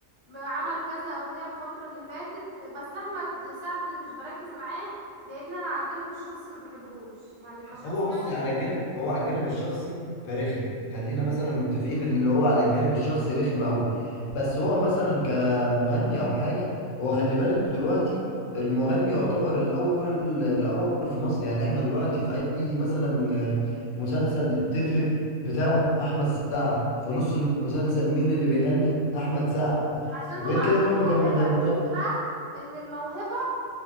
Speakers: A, on the right; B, on the left.
A: م- عمل كذا أغنية الفترة اللي فاتت بس أحمد سعد مش بركز معاه لأن أنا على الجانب الشخصي ما بحبوش يعني كشخصية
B: هو بص على الجانب هو على الجانب الشخصي فرخم خلينا مثلا متفقين اللي هو على الجانب الشخصي رخم قوي بس هو مثلا كمغني او حاجه هو خلي بالك دلوقتي المغني يعتبر الاول الاول في مصر يعني احنا دلوقتي في اي مثلا مسلسل التتر بتاعه احمد سعد في نص المسلسل مين اللي بيغني احمد سعد
A: عشان
B: وغير
A: هو عنده
B: كده برضو
A: الموهبة
B: كان مغ-
A: شفت بقى إن الموهبة